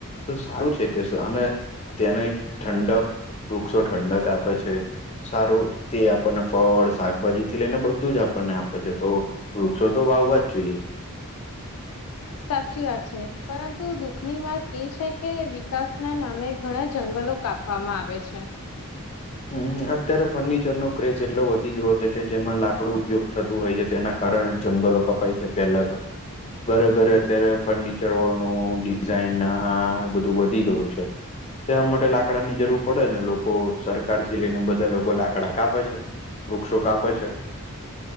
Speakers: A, on the left (about 30°); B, on the left (about 80°).
A: તો સારું છે કેસે અને તેને ઠંડક વૃક્ષો ઠંડક આપે છે સારું તે આપણને ફળ શાકભાજી થી લઈને બધું જ આપણને આપે છે તો વૃક્ષો તો વાવવાજ જોઈએ
B: સાચી વાત છે પરંતુ દુઃખની વાત એ છે કે વિકાસ ના નામે ઘણા જંગલ લો કાપવામાં આવે છે
A: હમ અત્યારે ફર્નિચરનો ક્રેઝ એટલો વધી ગયો છે કે જેમાં લાકડું ઉપયોગ થતું હોય છે તેના કારણે કારણ જ જંગલો કપાય છે પહેલા તો ઘરે ઘરે અત્યારે ફર્નિચરો નું ડિઝાઇન ને આ બધું વધી ગયું છે તેના માટે લાકડા ની જરૂર પડે ને લોકો ત્યાર થી લઈને બધા લોકો લાકડા કાપે છે વૃક્ષો કાપે છે